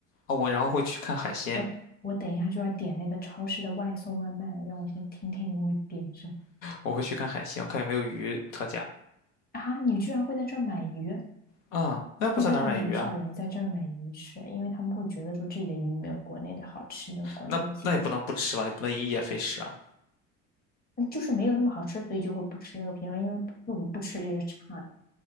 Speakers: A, on the left; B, on the left.
A: 啊。我然后会去看海鲜，
B: 我我等一下就要点那个超市的外送外卖，让我先听听你会点什么
A: 我会去看海鲜，看有没有鱼特价。
B: 啊？你居然会在这儿买鱼？
A: 嗯，那要不在哪儿买鱼啊？
B: 一般还蛮少人在这儿买鱼吃，因为他们会觉得说这里的鱼没有国内的好吃，没有国内的新鲜，
A: 那那也不能不吃了，你不能因噎废食啊。
B: 那就是没有那么好吃，所以就会不吃那个品种，因为不如不吃这些差的。